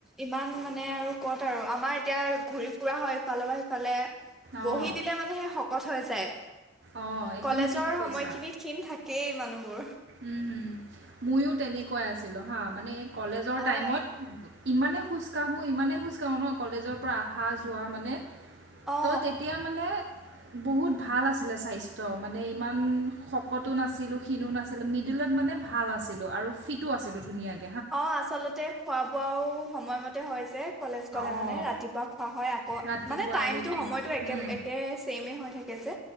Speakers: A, in the centre; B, on the right.
A: ইমান মানে আৰু ক'ত আৰু আমাৰ এতিয়া ঘূৰি ফুৰা হয় ইফালৰ পৰা সিফালে
B: অঁ
A: বহি দিলে মানেহে শকত হৈ যায়
B: অঁ একদম
A: কলেজৰ
B: ঠিক
A: সময়খিনিত
B: কৈছা
A: ক্ষিণ থাকেই মানুহবোৰ
B: উম হম মইও তেনেকুৱাই আছিলো হা মানে কলেজৰ
A: অ
B: টাইমত ইমানে খোজ কাঢ়ো ইমানে খোজ কাঢ়ো ন কলেজৰ পৰা অহা যোৱা মানে
A: অ
B: ত' তেতিয়া মানে বহুত ভাল আছিলে স্বাস্থ্য মানে ইমান শকতো নাছিলো ক্ষিনো নাছিলো মিডোলত মানে ভাল আছিলো আৰু ফিটো আছিলো ধুনীয়াকে
A: অঁ আচলতে খোৱা বোৱাও সময়মতে হয় যে কলেজ গলে
B: অঁ
A: মানে ৰাতিপুৱা খোৱা হয় আকৌ
B: ৰাতিপুৱা
A: মানে টাইমটো,
B: আহি পিনে
A: সময়তো একে,
B: উম,
A: একে ছেম হয় থাকে যে